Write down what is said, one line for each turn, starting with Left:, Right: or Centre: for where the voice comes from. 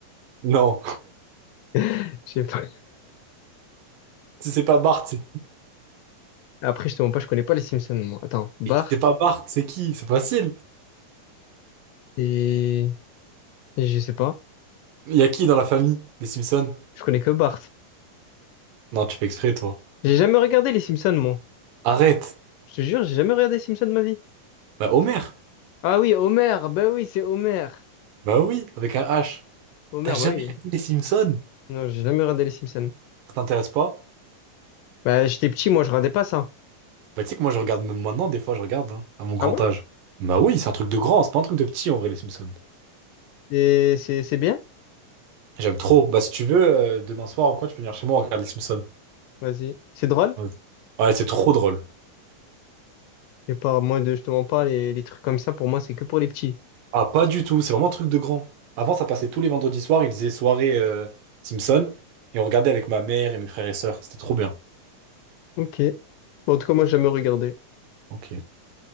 Right: Non.
Left: <laughs> Je sais pas.
Right: Si c'est pas Bart, c'est
Left: Après, je te mens pas, je connais pas les Simpsons, moi. Attends, Bart
Right: et si c'est pas Bart, c'est qui? C'est facile.
Left: et... Je sais pas.
Right: Il y a qui dans la famille des Simpsons?
Left: Je connais que Bart.
Right: Non, tu fais exprès, toi.
Left: J'ai jamais regardé les Simpsons, moi.
Right: Arrête.
Left: Je te jure, j'ai jamais regardé les Simpsons de ma vie.
Right: Bah, Homer.
Left: Ah oui, Homer, bah oui, c'est Homer.
Right: Bah oui, avec un H.
Left: Homer,
Right: T'as jamais
Left: bah oui.
Right: regardé les Simpsons?
Left: Non, j'ai jamais regardé les Simpsons.
Right: Ça t'intéresse pas?
Left: Bah, j'étais petit, moi, je regardais pas ça.
Right: Bah, tu sais que moi, je regarde même maintenant, des fois, je regarde, hein, à mon grand
Left: Ah ouais?
Right: âge. Bah oui, c'est un truc de grand, c'est pas un truc de petit, en vrai, les Simpsons.
Left: Et c'est c'est bien?
Right: J'aime trop. Bah, si tu veux, euh, demain soir ou quoi, tu peux venir chez moi, on regarde les Simpsons.
Left: Vas-y. C'est drôle?
Right: Vas-y. Ouais, c'est trop drôle.
Left: Et pas, moi, de- je te mens pas, les, les trucs comme ça, pour moi, c'est que pour les petits.
Right: Ah, pas du tout, c'est vraiment un truc de grand. Avant, ça passait tous les vendredis soirs, ils faisaient soirée euh, Simpson, et on regardait avec ma mère et mes frères et sœurs, c'était trop bien.
Left: Ok. Bon, en tout cas, moi, j'ai jamais regardé.
Right: Ok.